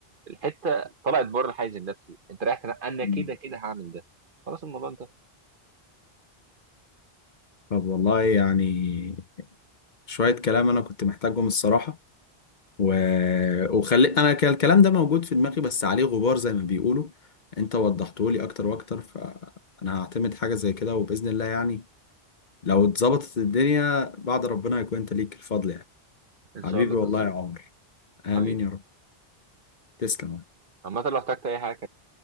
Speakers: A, on the right (about 55°); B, on the left (about 50°).
A: الحته طلعت بره الحيز النفسي انت رايح تنا- انا
B: مم.
A: كده كده هعمل ده خلاص الموضوع انت
B: طب والله يعني شوية كلام انا كنت محتاجهم الصراحة و... وخلي انا كان الكلام ده موجود في دماغي بس عليه غبار زي ما بيقولوا انت وضحته لي اكتر واكتر فانا هعتمد حاجه زي كده وباذن الله يعني لو اتظبطت الدنيا بعد ربنا يكون انت ليك الفضل يعني
A: ان
B: حبيبي
A: شاء الله
B: والله
A: تظبط
B: يا عمر امين
A: حبيبي
B: يا رب تسلم
A: عامه لو احتجت اي حاجه